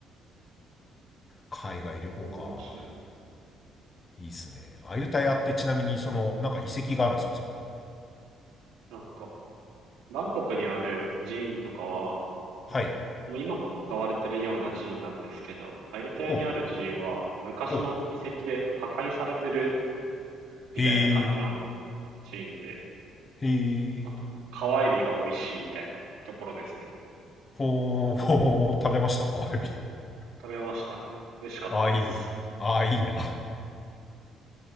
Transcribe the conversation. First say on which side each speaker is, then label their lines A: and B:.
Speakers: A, on the left; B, on the right.
A: 海外旅行か。
B: お、面白いね。
A: いいっすね。アユタヤってちなみにその、
B: うん
A: なんか遺跡があるんですか、そこも。
B: なんか、バンコクにある寺院とかは、
A: はい。
B: もう今も使われてるような寺院なんですけど、アユタヤにある寺院は昔の遺跡で破壊されてる
A: ほう、ほう。へ
B: みたいな感じの
A: え、
B: 寺院で、
A: へえ。
B: あと、川エビが美味しいみたいなところですね。
A: ほー、ほー、食べましたか、エビ。
B: 食べましたね。美味しかったです。
A: ああ、いいです。ああ、いいな。